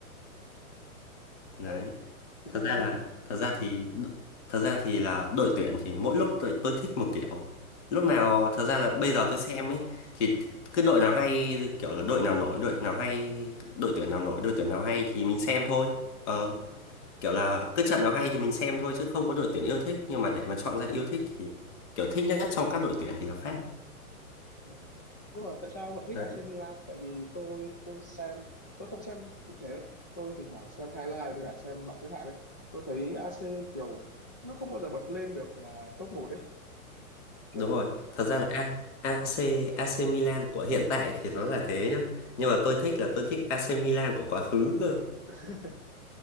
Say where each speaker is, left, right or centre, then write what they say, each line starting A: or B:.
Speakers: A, on the left (about 15°); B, on the left (about 55°).
A: Ừ.
B: Đấy.
A: ờ, thực
B: Thật
A: ra là
B: ra
A: mi
B: là thật ra thì thật ra thì là đội tuyển thì mỗi lúc tôi, tôi thích một kiểu. Lúc nào
A: Ừ.
B: thật ra là bây giờ tôi xem ấy thì cứ đội nào hay kiểu là đội nào nổi, đội nào hay, đội tuyển nào nổi, đội tuyển nào hay thì mình xem thôi. Ờ
A: ừ,
B: kiểu là cứ trận nào hay thì mình xem thôi chứ không có đội tuyển yêu thích nhưng mà để mà chọn ra yêu thích thì kiểu thích nhất trong các đội tuyển thì là Pháp
A: ừ. nhưng mà tại sao ông lại thích
B: Đấy.
A: AC Milan tại vì tôi tôi xem tôi không xem cụ thể đâu tôi thỉnh thoảng xem highlight với cả xem bảng xếp hạng ấy tôi thấy AC kiểu nó không bao giờ bật lên được là top một đấy kiểu
B: đúng rồi thật ra là A, AC AC Milan của hiện tại thì nó là thế nhá nhưng mà tôi thích là tôi thích AC Milan của quá khứ cơ
A: <laughs>